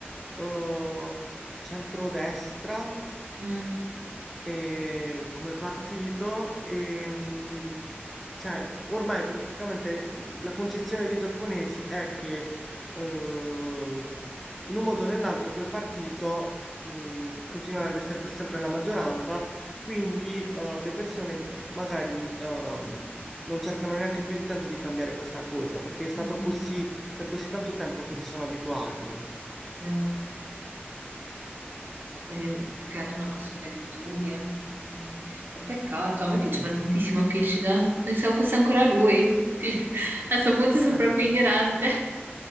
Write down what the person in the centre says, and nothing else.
eh, centrodestra
e- come partito e mh, cioè, che ormai praticamente mh, la concezione dei giapponesi è che eh, in un modo o nell'altro quel partito eh, continuerà ad essere per sempre la maggioranza, quindi eh, le persone magari ehm, non cercano neanche più di tanto di cambiare questa cosa, perché è stato
così per così tanto tempo che si sono abituati.
Sì.
Eh,